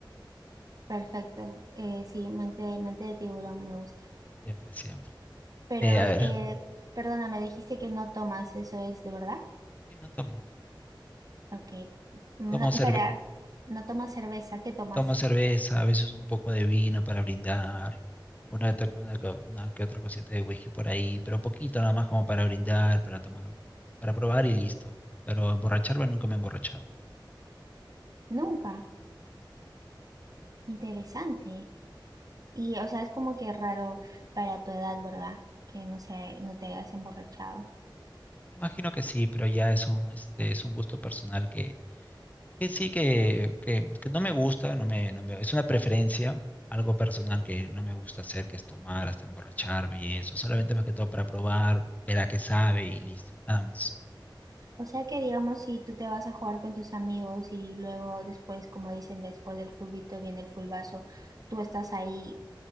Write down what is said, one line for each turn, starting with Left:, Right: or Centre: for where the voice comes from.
Right: Perfecto. Eh, sí, mente, mente de tiburón me gusta.
Left: Siempre, siempre.
Right: Pero,
Left: Eh, a ver,
Right: eh, perdona, me dijiste que no tomas, ¿eso es de verdad?
Left: sí, no tomo.
Right: Ok. No,
Left: No tomo
Right: espera,
Left: cerve-
Right: no tomas cerveza, ¿qué tomas?
Left: no tomo cerveza, a veces un poco de vino para brindar, una, to- una co- una que otra cosita de whisky por ahí, pero poquito nada más como para brindar, para tomar, un- para probar y listo. Pero emborracharme nunca me he emborrachado.
Right: Nunca. Interesante. Y, o sea, es como que raro para tu edad, ¿verdad? Que no sé, no te hayas emborrachado.
Left: Imagino que sí, pero ya es un, este, es un gusto personal que que sí, que, que, que no me gusta, no me, no me, es una preferencia, algo personal que no me gusta hacer, que es tomar hasta emborracharme y eso, solamente más que todo para probar, ver a qué sabe y listo, nada más.
Right: O sea que, digamos, si tú te vas a jugar con tus amigos y luego después, como dicen, después del fulbito viene el fulbazo, tú estás ahí